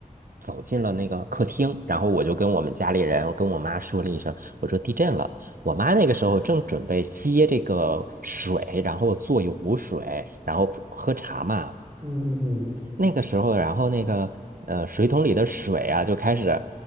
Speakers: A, on the right; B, on the right.
A: 走进了那个客厅，然后我就跟我们家里人，我跟我妈说了一声，我说地震了。我妈那个时候正准备接这个水，然后做一壶水，然后喝茶嘛。
B: 嗯嗯嗯，
A: 那个时候，然后那个呃，水桶里的水啊，就开始